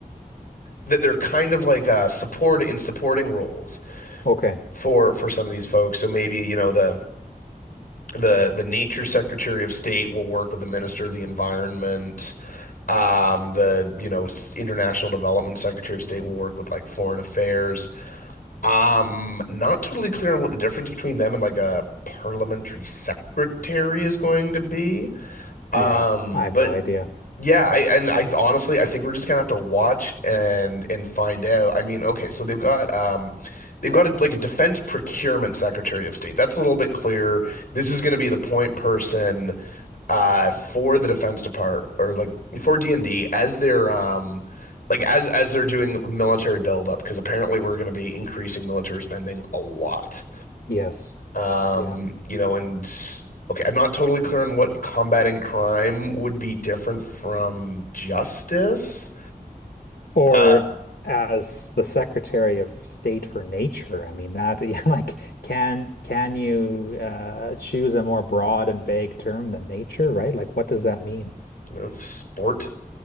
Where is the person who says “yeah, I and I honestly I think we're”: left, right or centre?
Left